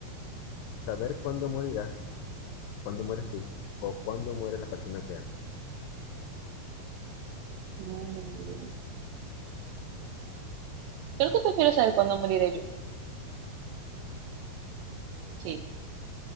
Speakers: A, on the left (about 80°); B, on the right (about 80°).
A: ¿Saber cuándo morirás, cuándo mueres tú, o cuándo muere la persona que amas?
B: Mm, creo que prefiero saber cuándo moriré yo. Sí,